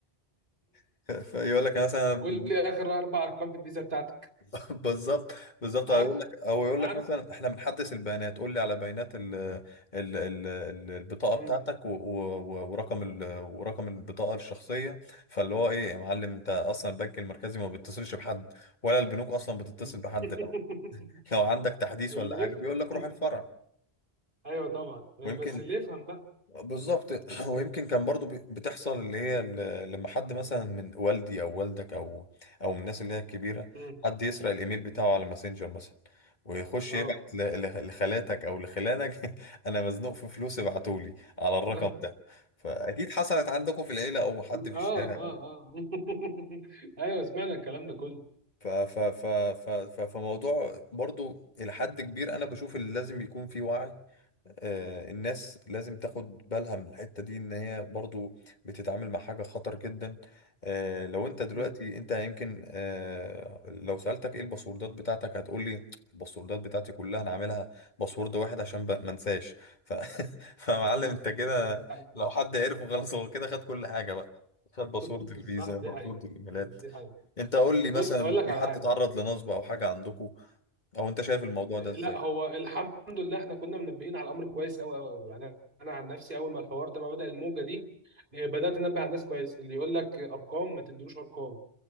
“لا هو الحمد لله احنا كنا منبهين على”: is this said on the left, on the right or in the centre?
Right